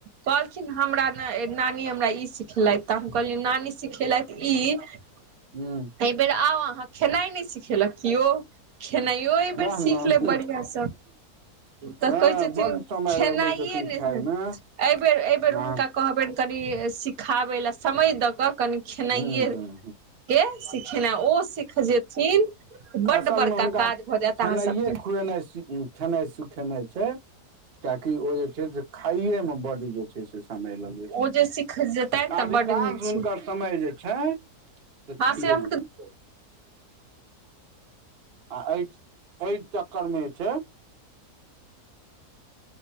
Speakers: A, on the right; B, on the right.
A: कहलखिन हमरा ने नानी हमरा ई सिखलथि तऽ हम कहलियै नानी। सिखेलथि ई एहि
B: ह
A: बेेर आउ अहाँ खेनाइ नहि सिखेलक केओ। खेनाइयो एहि
B: वएह
A: बेेर सीख
B: ने
A: लेब बढ़िआँसँ तऽ
B: हँ
A: कहैत छथिन।
B: बड्ड समय
A: खेनाइए
B: लगबै छथिन
A: ने।
B: खायमे
A: एहिबेर एहिबेर
B: आ
A: हुनका कहबनि कनि सिखाबै लए समय दऽ क। कनखेनाइए
B: ह ह
A: के सिखेनाइ ओ सिख जेथिन। बड्ड
B: असल
A: बड़का
B: मे हुनका
A: काज भऽ जायत
B: खेनाइए
A: अहाँ सबके
B: खुएनाइ खेनाइ सखेनाइ छै। ताकि ओ जे छै से खाइये मे बड जे छै से समय लग।
A: ओ जे सीख जेतै तऽ
B: अधिकांश
A: बड्ड नीक
B: हुनकर
A: छै
B: समय जे छै से
A: हँ
B: खाइएमे
A: से हम
B: द। आ एहि एहि चक्कर मे जे छै।